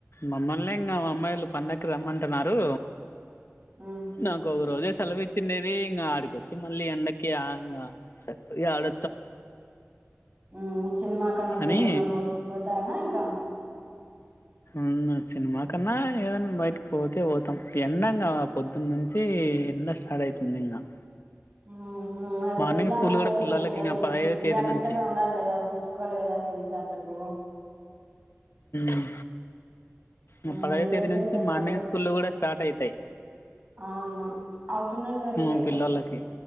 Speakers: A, on the left; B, on the right.
A: మమ్మల్ని ఇంగ మా అమ్మాయిలు పండక్కి రమ్మంటున్నారు
B: ఉహు
A: నాకు ఒక రోజే సెలవు ఇచ్చిండే ఇంగ ఆడికొచ్చి మళ్ళీ ఎండకి ఆంగ ఎడ
B: మ్ సినిమాకి అంగ
A: అని
B: కెమన్నా పో పో తారా ఇంకా
A: మ్ సినిమా కన్నా ఏదనా బయటకి పోతే పోతాం ఎండంగా పొద్దున్న నుంచి ఎండ స్టార్ట్ అయితుంది ఇంగ
B: మ్ హు మరి
A: మార్నింగ్
B: ఎట్లా
A: స్కూల్
B: ఉండరు
A: కూడా పిల్లలకి
B: గ ఎండలకు
A: ఇంకా పదహైదో
B: కుంచెం
A: తేదీ
B: జాగ్రత్తగా
A: నుంచి
B: ఉండాలి కదా చూసుకోవాలి గదా హెల్త్ అందుకు
A: మ్ ముప్పలయ
B: మరి
A: తేదీ
B: ఏం
A: నుంచి
B: చేస్తున్నారు
A: మార్నింగ్ స్కూల్లు కూడా స్టార్ట్ అవుతాయి
B: అవును ఆఫ్టర్నూన్ వరకే
A: ఉమ్ పిల్లలకి